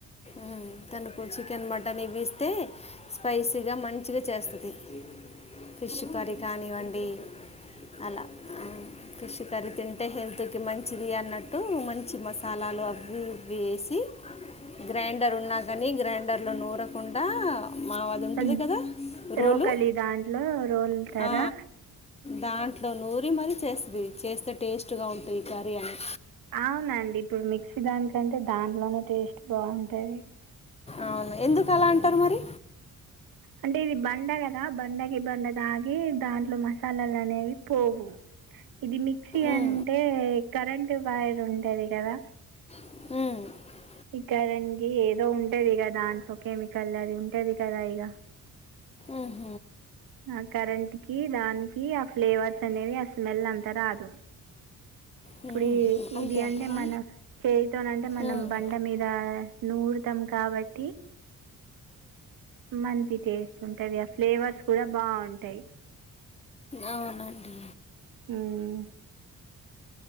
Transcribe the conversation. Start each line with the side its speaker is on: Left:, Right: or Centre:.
Left: మ్ తనకు చికెన్, మటన్ ఇవి ఇస్తే స్పైసీగా మంచిగా చేస్తది. ఫిష్ కర్రీ కానివ్వండి అలా మ్ పిష్ కర్రీ తింటే హెల్త్కి మంచిది అన్నట్టు మంచి మసాలాలు అవి ఇవి వేసి గ్రైండర్ ఉన్నా కాని గ్రైండర్ లో నూరకుండా మా అది ఉంటుంది
Right: సన్
Left: కదా రోలు
Right: రోకలి దాంట్లో రోలుతారా?
Left: ఆ, దాంట్లో నూరి మరీ చేస్తది చేస్తే టేస్ట్ గా ఉంటుంది కర్రీ అని
Right: అవునండి ఇప్పుడు మిక్సీ దానికంటే దాంట్లోనే టేస్ట్ బావుంటది.
Left: అవును ఎందుకు అలా అంటారు మరి?
Right: అంటే ఇది బండగదా బండకి బండ తాగి దాంట్లో మసాలాలు అనేవి పోవు. ఇది మిక్సీ
Left: ఉమ్,
Right: అంటే కరెంట్ వైర్ ఉంటది కదా
Left: మ్
Right: ఇక్కదనికి ఏదో ఉంటది కదా కెమికల్ అది ఉంటది కదా ఇక
Left: ఆహ
Right: ఆ కరెంట్ కి దానికి ఆ ఫ్లేవర్ సనేవి ఆ స్మెల్ అంతారదు ఇప్పుడు
Left: మ్మ్. అంతే
Right: ఇది అంటే
Left: కదా
Right: మనం చేయితోనీ అంటే మనం
Left: ఉమ్,
Right: బండ్ల మీద నూర్తాం కాబట్టి మంచి టేస్ట్ ఉంటది ఆ ఫ్లేవర్స్ కూడా బాగుంటాయి
Left: అవునండి
Right: ఆహ్